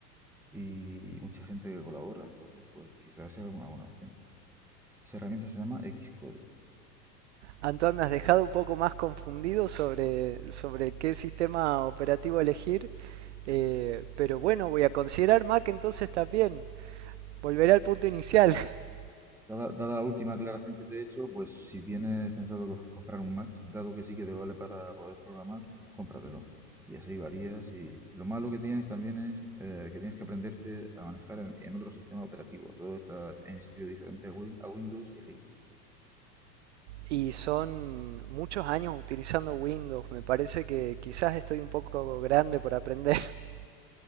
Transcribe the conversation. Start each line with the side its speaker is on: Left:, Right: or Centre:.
Centre: y mucha gente que colabora. Entonces, pues quizás sea una buena opción. Esa herramienta se llama Xcode.
Right: Antoine, me has dejado un poco más confundido sobre, sobre qué sistema operativo elegir, Eh, pero bueno, voy a considerar Mac entonces también. Volveré al punto inicial. <laughs>
Centre: Dada, dada la última aclaración que te he hecho, pues si tienes pensado co- comprar un Mac, dado que sí que te vale para poder programar, pues cómpratelo. Y así varías. Y lo malo que tienes también es eh, que tienes que aprenderte a manejar en, en otro sistema operativo. Todo está en sitio diferente a, Win- a Windows y Linux.
Right: Y son muchos años utilizando Windows. Me parece que quizás estoy un poco grande por aprender. <laughs>